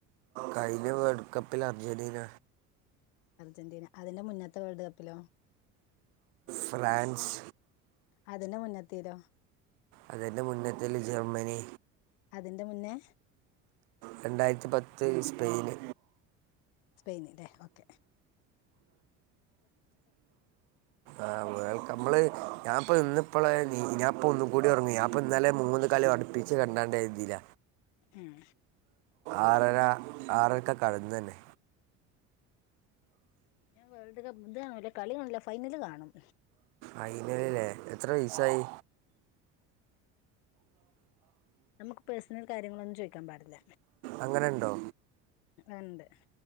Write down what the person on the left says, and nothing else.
അർജന്റീന അതിന്റെ മുന്നത്തെ വേൾഡ് കപ്പിലോ
അതിന്റെ മുന്നെത്തേതോ
അതിന്റെ മുന്നേ
സ്പെയിനല്ലേ ഓക്കേ
ഉം
ഞാൻ വേൾഡ് കപ്പ് ഇത് കാണല്ലേ കളി കാണൂല്ല ഫൈനല് കാണും
നമുക്ക് പേഴ്സണൽ കാര്യങ്ങളൊന്നും ചോദി ചോദിക്കാൻ പാടില്ല
ഉണ്ട്